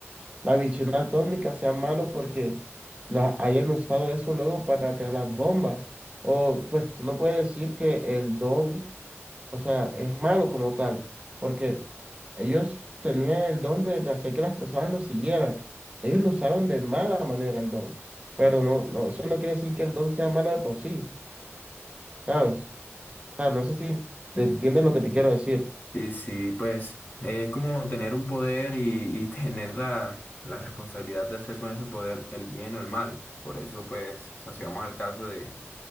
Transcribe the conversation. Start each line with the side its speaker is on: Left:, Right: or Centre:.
Right: La visión atómica sean malos porque la, hayan usado eso luego para crear las bombas. O pues tú no puedes decir que el don o sea, es malo como tal, porque ellos tenían el don de, de hacer que las personas lo siguieran. Ellos lo usaron de mala manera el don, pero no, no, eso no quiere decir que el don sea malo de por sí, ¿sabes? O sea, no sé si te entiendes lo que te quiero decir.
Left: Y sí, pues es como tener un poder y, y <laughs> tener la, la responsabilidad de hacer con ese poder el bien o el mal. Por eso, pues, o sea, si vamos al caso de,